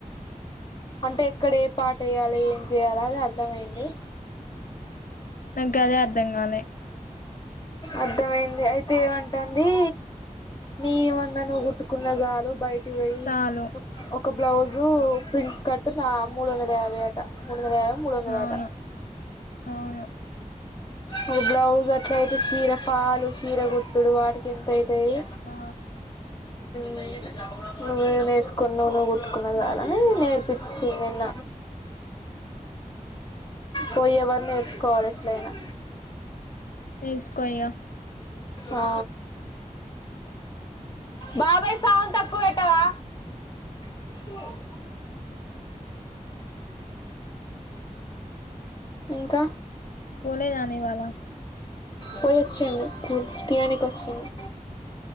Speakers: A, on the left; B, on the left.
A: అంటే, ఎక్కడ, ఏ, పార్ట్, ఏయాలి అని ఏయాల, అని, అర్థమైంది.
B: నాకు, గదే, అర్థం కాలే,
A: అర్ధమయింది. అయితే, ఏమంటుంది. నీ, మందం, నువ్వు, కుట్టుకున్న, చాలు, బయటకి
B: సాలు
A: ఒక, బ్లౌజు, ప్రిన్సేకట్, నా మూడువందల యాభై ఆట, మూడొందలయాబై, ముందుండాలుట
B: అవును అవును
A: ఒకబ్లౌజ్, అట్ల, అయితే, చీరపలు, చీరగుట్టుడు, వాటికి, ఎంత, అయితయి,
B: ఆ
A: నువ్వు, నేర్చుకును్వు నిదినువ్వు కుట్టుకున్న చాలాని నేర్పిించిది, నిన్న,
B: హ
A: పోయి, ఎవరు నేర్చుకోవాలి, ఎట్లయినా,
B: వేసుకో ఇగ
A: ఆ బాబాయ్ సౌండ్ తక్కువ పెట్టవా అ ఇంకా
B: పోలేదనే ఇవాళ
A: పోయి వచ్చింది తియనికి వచ్చింది